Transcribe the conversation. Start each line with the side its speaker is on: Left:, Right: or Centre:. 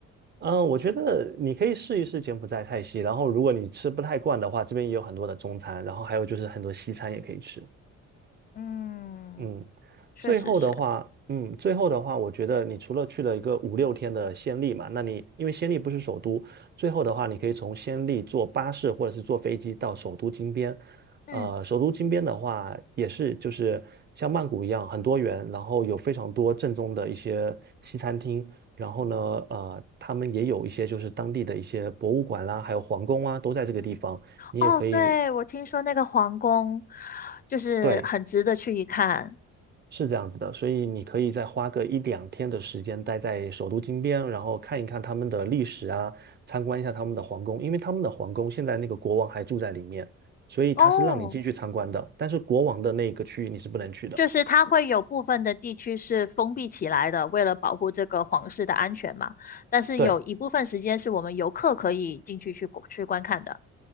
Right: 嗯，呃我觉得你可以试一试柬埔寨菜系，然后如果你吃不太惯的话，这边也有很多的中餐，然后还有就是很多西餐也可以吃。
Left: 嗯，
Right: 嗯，
Left: 确实是。
Right: 最后的话，嗯，最后的话，我觉得你除了去了一个五六天的暹粒嘛，那你因为暹粒不是首都，最后的话，你可以从暹粒坐巴士或者是坐飞机到首都金边。
Left: 嗯，
Right: 呃，首都金边的话，也是就是像曼谷一样很多元，然后有非常多正宗的一些西餐厅，然后呢，呃，他们也有一些就是当地的一些博物馆啦，还有皇宫啊，都在这个地方，你也可以。
Left: 哦，对，我听说那个皇宫就是很值得去一看。
Right: 对，是这样子的，所以你可以再花个一两天的时间待在首都金边，然后看一看他们的历史啊，参观一下他们的皇宫，因为他们的皇宫现在那个国王还住在里面，所以他是让你进去参观的，
Left: 哦，
Right: 但是国王的那个区域你是不能去的。
Left: 就是它会有部分的地区是封闭起来的，为了保护这个皇室的安全嘛。但是有一部分时间是我们游客可以进去去去观看的。
Right: 对，